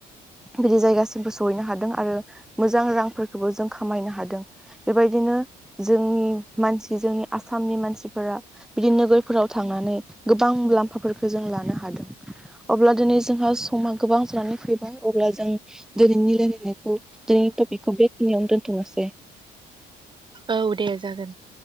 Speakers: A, in the centre; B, on the right (about 30°).
A: बिदि जायगासिमबो सहैनो हादों आरो मोजां रांफोरखौबो जों खामायनो हादों। बेबायदिनो जोंनि मानसि जोंनि आसामनि मानसिफोरा बिदि नोगोर फोराव थांनानै गोबां मुलाम्फाफोरखौ जों लानो हादों। अब्ला दिनै जोंहा समा गोबां जानानै फैबाय अब्ला जों दिनैनि रायलायनायखौ दिनैनि टपिकखौ बेखिनियावनो दोनथ'नोसै।
B: औ दे जागोन।